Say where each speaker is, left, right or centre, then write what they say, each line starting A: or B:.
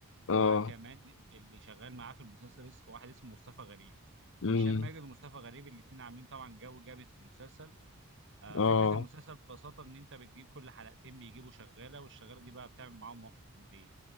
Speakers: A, on the right; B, on the left.
A: ومعاه
B: اه
A: كمان اللي شغال معاه في المسلسل اس- واحد اسمه مصطفى غريب
B: مم.
A: هشام ماجد ومصطفى غريب الاثنين عاملين طبعا جو جامد في المسلسل آه،
B: اه
A: فكرة المسلسل ببساطة إن أنت بتجيب كل حلقتين بيجيبوا شغالة والشغالة دي بقى بتعمل معاهم مواقف كوميدية